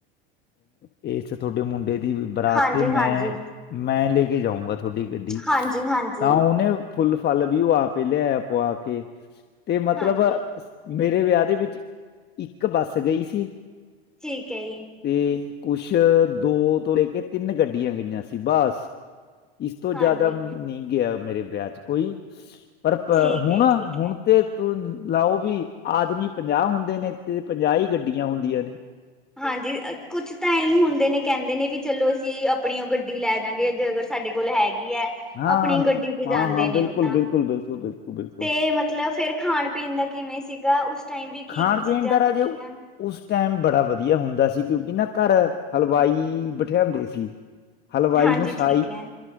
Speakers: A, on the left; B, in the centre.
A: ਇਸ ਤੁਹਾਡੇ ਮੁੰਡੇ ਦੀ ਬਰਾਤ
B: ਹਾਂਜੀ,
A: 'ਤੇ ਮੈਂ,
B: ਹਾਂਜੀ,
A: ਮੈਂ ਲੈ ਕੇ ਜਾਊਂਗਾ ਤੁਹਾਡੀ ਗੱਡੀ,
B: ਹਾਂਜੀ, ਹਾਂਜੀ।
A: ਤਾਂ ਉਹਨੇ ਫੁੱਲ ਫਾਲ ਵੀ ਉਹ ਆਪ ਈ ਲਿਆਇਆ ਪੁਆ ਕੇ। ਤੇ ਮਤਲਬ
B: ਹਾਂਜੀ,
A: ਮੇਰੇ ਵਿਆਹ ਦੇ ਵਿੱਚ, ਇੱਕ ਬੱਸ ਗਈ ਸੀ।
B: ਠੀਕ ਏ ਜੀ।
A: ਤੇ ਕੁਛ ਦੋ ਤੋਂ ਲੈ ਕੇ ਤਿੰਨ ਗੱਡੀਆਂ ਗਈਆਂ ਸੀ ਬਸ, ਇਸ ਤੋਂ
B: ਹਾਂਜੀ,
A: ਜ਼ਿਆਦਾ ਨਹੀਂ ਗਿਆ ਮੇਰੇ ਵਿਆਹ ਚ। ਕੋਈ ਪ
B: ਠੀਕ
A: ਹੁਣ,
B: ਹੈ, ਜੀ, ਠੀਕ
A: ਹੁਣ
B: ਹੈ।
A: ਤੇ ਤੂੰ ਲਾਓ ਬਈ, ਆਦਮੀ ਪੰਜਾਹ ਹੁੰ ਦਿਨੇ ਤੇ ਪੰਜਾਹ ਹੀ ਗੱਡੀਆਂ ਹੁੰਦੀਆਂ ਨੇ।
B: ਹਾਂ ਜੀ, ਕੁਛ ਤਾਂ ਇਹੀ ਹੁੰਦੇ ਨੇ, ਕਹਿੰਦੇ ਨੇ ਵੀ ਚਲੋ ਅਸੀਂ ਆਪਣੀ ਉਹ ਗੱਡੀ ਲੈ ਜਾਂਗੇ ਜੇ ਅਗਰ ਸਾਡੇ ਕੋਲ ਹੈਗੀ ਐ,
A: ਹਾਂ
B: ਆਪਣੀ ਗੱਡੀ ਚ
A: ਹਾਂ
B: ਜਾਂਦੇ
A: ਹਾਂ ਬਿਲਕੁਲ
B: ਨੇ ਉਹ ਤਾਂ।
A: ਬਿਲਕੁਲ ਬਿਲਕੁਲ ਬਿਲਕੁਲ ਬਿਲਕੁਲ
B: ਤੇ ਮਤ ਮਤਲਬ ਫੇਰ ਖਾਣ ਪੀਣ ਦਾ ਕਿਵੇਂ ਸੀਗਾ? ਉਸ ਟਾਈਮ ਵੀ ਕੀ-ਕੀ
A: ਖਾਣ
B: ਚੀਜ਼ਾਂ
A: ਪੀਣ ਦਾ
B: ਸੀਗੀਆਂ?
A: ਰਾਜੇ ਉਸ ਟਾਈਮ ਬੜਾ ਵਧੀਆ ਹੁੰਦਾ ਸੀ, ਕਿਉਂਕਿ ਨਾ ਘਰ ਹਲਵਾਈ ਬਠਿਆਂਦੇ ਸੀ। ਹਲਵਾਈ
B: ਹਾਂਜੀ
A: ਨੂੰ ਸਾਈ
B: ਠੀਕ ਹੈ